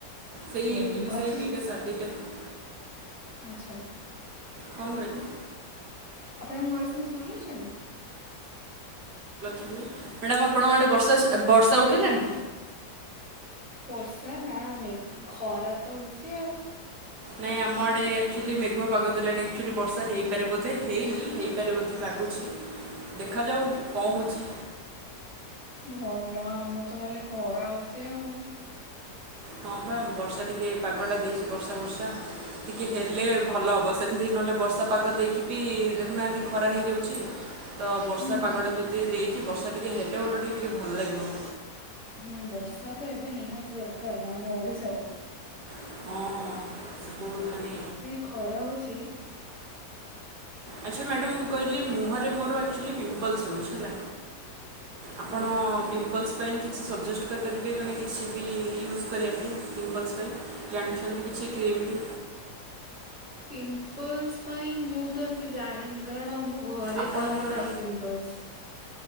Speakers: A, on the right (about 70°); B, in the centre.
A: ସେଇ
B: ହଉ
A: ଏଇଠି ବି
B: ଘରେ
A: ସେହି
B: ସମ
A: ଦିଇଟା ସାଢେ ଦିଟା ହୁଏ
B: ଆଚ୍ଛା।
A: କଣ କହିଲେ?
B: ଆପଣଙ୍କ ଘରେ ସମସ୍ତେ ଭଲ ଅଛନ୍ତି?
A: ମ୍ୟାଡାମ ଆପଣଙ୍କ ଆଡ଼େ ବର୍ଷା ଆସ୍ ବର୍ଷା ଉଠେଇଲାଣି?
B: ବର୍ଷା ନା ମେଘ୍ ଖରା ତ ହୋଉଚି ଆଉ।
A: ନାଇଁ ଆମ ଆଡ଼େ ଆକ୍ଚୁଆଲି ମେଘୁଆ ପାଗ ଦେଲାଣି। ଆକ୍ଚୁଆଲି ବର୍ଷା ହେଇପାରେ ବୋଧେ ହେଇନି ହେଇପାରେ ବୋଧେ ଲାଗୁଛି। ଦେଖାଯାଉ କଣ ହେଉଛି।
B: ଭଲ ଆମ ତ ଖାଲି ଖରା ହଉଚି ଆଉ।
A: ହଁ ପା ବର୍ଷା ଟିକେ ପାଗଟା ଦେଇଚି ବର୍ଷା ବର୍ଷା। ଟିକିଏ ହେଲେ ଭଲ ହେବ ସେମିତି ନହେଲେ ବର୍ଷା ପାଗ ଦେଇକି ବି ଦେଖୁନାହାନ୍ତି ଖରା ହେଇଯାଉଚି। ତ ବର୍ଷା
B: ହୁଁ
A: ପାଗଟା ଯଦି ଦେଇଚି
B: ଆଜ୍ଞା
A: ବର୍ଷା ଟିକେ ହେଲେ ଓଲଟି ଟିକେ ଭଲ୍ ଲାଗିବ।
B: ହୁଁ ବର୍ଷା ତ ଏବେ ନିହାତି ଦରକାର ଆମ ଓଡିଶା କୁ।
A: ହଁ। ସେ ବହୁତ ମାନେ
B: ଏତେ ଖରା ହୋଉଚି।
A: ଆଚ୍ଛା ମ୍ୟାଡାମ୍ ମୁଁ କହିଲି ମୁହଁରେ ମୋର ଆକ୍ଚୁଲି ପିମ୍ପଲ୍ସ୍ ହୋଉଛି ହେଲା। ଆପଣ
B: ହଁ
A: ପିମ୍ପଲ୍ସ୍ ପାଇଁ କିଛି ସଜେଷ୍ଟ କରିପାରିବେ ମାନେ କିଛି ବି ୟୁଜ୍ କରିବା ପାଇଁ ପିମ୍ପଲ୍ସ୍ ପାଇଁ ଜାଣିଛନ୍ତି କିଛି କ୍ରିମ୍ ବି?
B: ପିମ୍ପଲ୍ସ୍ ପାଇଁ ମୁଁ ତ ଏତେ ଜାଣିନି କାରଣ ଆମ ଘରେ
A: ଆପଣଙ୍କର
B: କାହାର ନାହିଁ ପିମ୍ପଲସ୍।